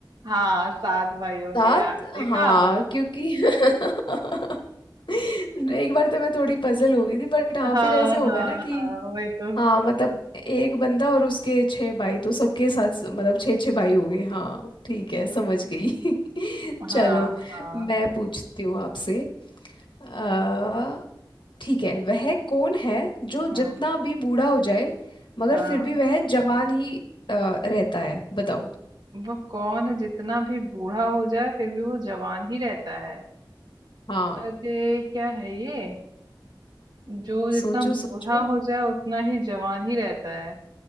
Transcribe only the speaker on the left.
साथ
हाँ
क्योंकि <laughs> एक बार तो मैं थोड़ी पजल हो गई थी बट हाँ
फिर ऐसे होगा
ना कि
हाँ मतलब एक बंदा और उसके छह भाई तो सबके साथ मतलब छह छह भाई हो गए हाँ ठीक है समझ गई <laughs>
चलो
मैं पूछती हूँ आपसे अ, ठीक है वह कौन है जो जितना
भी बूढ़ा हो जाए मगर
फिर भी वह जवान ही अ, रहता है बताओ
हाँ
सोचो
सोचो